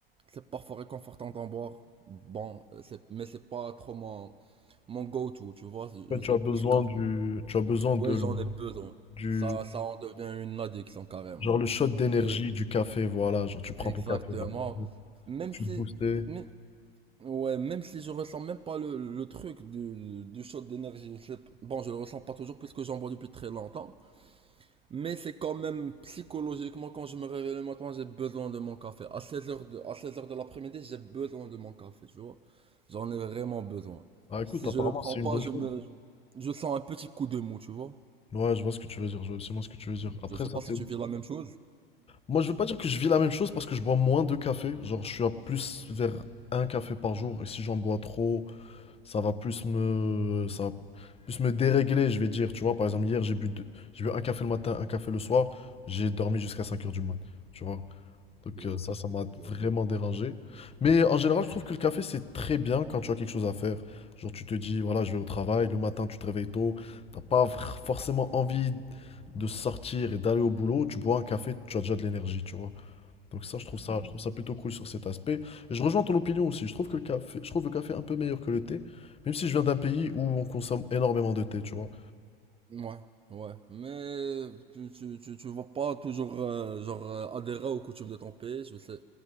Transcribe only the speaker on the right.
c'est parfois réconfortant d'en boire. Bon, c'est- mais c'est pas trop mon, mon go-to, tu vois,
je
suis
plus café.
Ouais, j'en ai besoin.
Ça, ça en devient une addiction carrément.
Et-
exactement.
Même
si,
mais- ouais, même si je ressens même pas le, le truc du, du shot d'énergie, c'est- bon, je le ressens pas toujours puisque j'en bois depuis très longtemps. Mais c'est quand même psychologiquement, quand je me réveille le matin, j'ai besoin de mon café. À seize heures de, à seize heures de l'après-midi, j'ai besoin de mon café, tu vois. J'en ai vraiment besoin.
Si
je le prends
pas,
je
me, je sens un petit coup de mou, tu vois.
Je sais
pas si
tu vis la même chose.
Ok,
ok,
ok,
ok.
Ouais.
Ouais, ouais, ouais. Mais tu, tu, tu, tu vas pas toujours, euh, genre, euh, adhérer aux coutumes de ton pays, je sais.